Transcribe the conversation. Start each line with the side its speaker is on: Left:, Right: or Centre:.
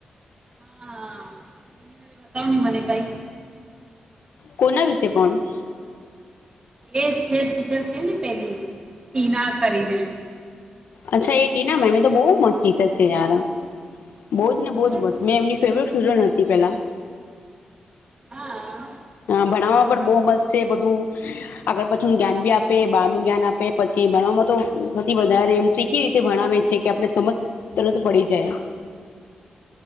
Right: હા કયોને મને કાંઈક
Left: કોના વિ જે પણણ
Right: એ છે જ છે ને પહેલી ના કરીને
Left: અચ્છા એ ટીના મેમે એતો બહુ મસ્ત ટીચર છે યાર. બહજ ને
Right: કેવું
Left: બહુવજ મસ્ત
Right: છે
Left: મેં એમની ફેવરિટ સુરણ હતી પેલા
Right: હા
Left: ભણવામાં પણ બહુ મસ્ત છે બધું આગળ પછી જ્ઞાન બી આપે બાર નું જ્ઞાન આપે પછી ભણવામાં તો સૌથી વધારે એવી રીતે ભણાવે છે કે આપને સમજ તરત પડી જાય.